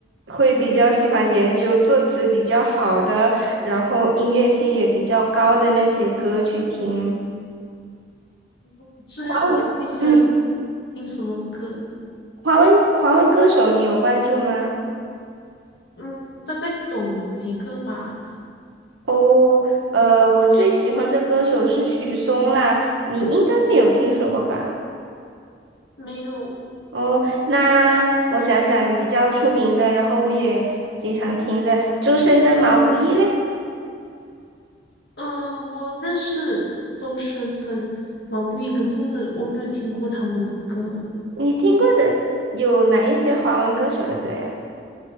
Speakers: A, on the right (about 80°); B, on the left (about 65°).
A: 会比较喜欢研究作词比较好的，然后音乐性也比较高的那些歌去听。
B: <laughs> 这样啊，
A: 华文，
B: 你喜欢？
A: 嗯，
B: 听什么歌？
A: 华文华文歌手你有关注吗？
B: 嗯，大概懂几个吧。
A: 哦，呃，我最喜欢的歌手是许嵩啦，你应该没有听说过吧？
B: 没有，
A: 哦，那我想想，比较出名的，然后我也经常听的，周深跟毛不易嘞，
B: 嗯、我认识周深跟毛不易，可是我没有听过他们的歌。
A: 你听过的有哪一些华文歌手的歌呀？